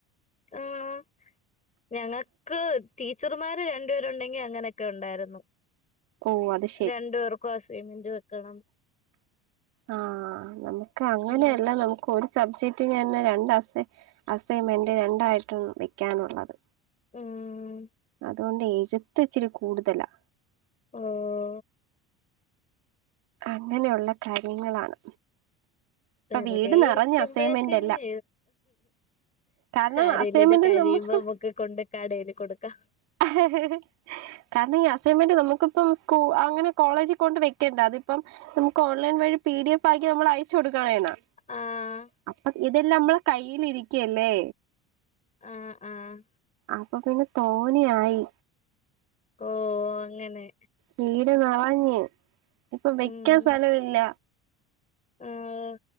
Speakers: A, on the left; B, on the right.
A: ആഹ് ഞങ്ങക്ക് ടീച്ചർമാര് രണ്ടുപേരുണ്ടെങ്കിൽ അങ്ങനെയൊക്കെ ഉണ്ടായിരുന്നു
B: ഓഹ് അത ശരി
A: രണ്ടു പേർക്കും ആ സിമെന്റ് വെക്കണം
B: ആഹ് നമുക്ക് അങ്ങനെയല്ലാം
A: ഉം
B: നമുക്ക് ഒരു സബ്ജക്റ്റ തന്നെ രണ്ട് അസ അസൈൻമെന്റ് രണ്ടായിട്ടാണ് വെക്കാനുള്ളത്
A: ഉം
B: അതുകൊണ്ട് എഴുത്ത് ഇച്ചിരി കൂടുതലാ
A: ആഹ്
B: അങ്ങനെയുള്ള കാര്യങ്ങളാണ് ഇപ്പൊ
A: വെറുതെ
B: വീട് നിറഞ്ഞ്
A: ഇരിക്കുമ്പോഴൊക്കെ
B: അസൈൻമെന്റ്
A: എങ്ങെ
B: എല്ലാം കാരണം
A: സാരില്ല
B: അസൈൻമെന്റ്
A: ഇത് കഴിയുമ്പോ
B: നമുക്ക്
A: ഒക്കെ കൊണ്ടക്കടന് കൊടുക്കാം
B: <unintelligible> കാരണം ഈ അസൈൻമെന്റ് നമുക്കിപ്പം സ്കൂ അങ്ങനെ കോളേജിൽ കൊണ്ട് വെക്കണ്ട അതിപ്പം നമുക്ക് ഓൺലൈൻ വഴി പി ഡി എഫ് ആക്കി നമ്മൾ അയച്ചു കൊടുക്കണേനാ
A: ആഹ്
B: അപ്പൊ ഇതെല്ലാം നമ്മളെ കയ്ൽിരിക്കല്ലേ
A: ആഹ് ആഹ്
B: അപ്പൊ പിന്നെ തോനിയായി
A: ഓ അങ്ങനെ
B: വീട് നിറഞ്ഞഞ് ഇപ്പൊ വെക്കാൻ
A: ഉം
B: സ്ഥലം ഇില്ല
A: ആഹ്